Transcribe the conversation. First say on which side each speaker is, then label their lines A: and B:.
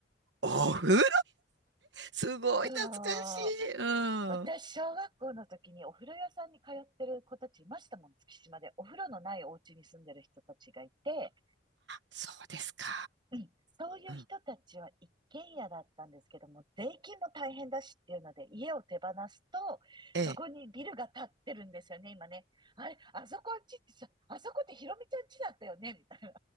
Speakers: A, on the right; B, on the right.
A: お風呂屋
B: そ
A: さん、すごい懐かしい。
B: う。
A: うん。
B: 私、小学校の時にお風呂屋さんに通ってる子たちいましたもん、月島で。お風呂のないお家に住んでる人たちがいて、
A: そうですか。
B: うん、そういう人たちは一軒家だったんですけども、
A: うん。
B: 税金も大変だしっていうので、家を手放すと、
A: ええ。
B: そこにビルが建ってるんですよね、今ね。あれ、あそこんちってさ、あそこってひろみちゃんちだったよね、みたいな。